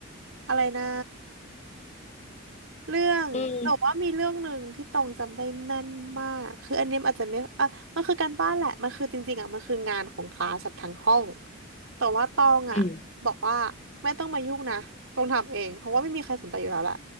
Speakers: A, on the right; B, on the left.
A: อะไรนะ เรื่องแต่ว่ามีเรื่องหนึ่งที่ตองจำได้แม่นมากคืออันนี้มันอาจจะไม่อ่ะมันคือการบ้านแหละมันคือจริงๆอ่ะมันคืองานของคลาสแบบทั้งห้อง
B: อืม
A: แต่ว่าตองอ่ะบอกว่า
B: อืม
A: ไม่ต้องมายุ่งนะตองทำเองเพราะว่าไม่มีใครสนใจอยู่แล้วแหละ